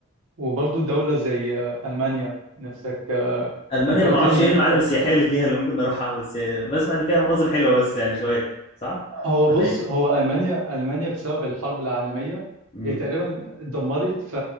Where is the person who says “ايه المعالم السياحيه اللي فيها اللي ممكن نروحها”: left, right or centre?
Left